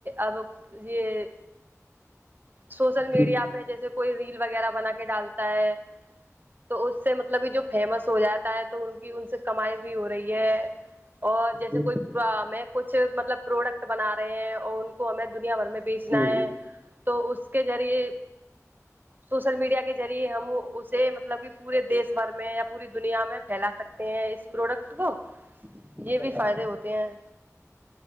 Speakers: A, on the right; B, on the right.
A: آب یہ سوشل میڈیا
B: جی
A: پہ جیسے کوئی ریل وغیرہ بنا کے ڈالتا ہے تو اس سے مطلب کہ جو فیمس ہو جاتا ہے تو ان کی ان سے کمائی بھی ہو رہی ہے اور
B: جی
A: جیسے کوئی ہمیں کچھ مطلب پروڈکٹ بنا رہے ہیں اور ان کو ہمیں دنیا بھر میں
B: جی
A: بیج ل ہے تو اس کے ذریعے سوشل میڈیا کے ذریعے ہم اسے مطلب کہ پورے دیش بھر میں یا پوری دنیا میں پھیلا سکتے ہیں اس پروڈکٹ کو
B: جی
A: یہ
B: جناب
A: بھی فائدے ہوتے ہیں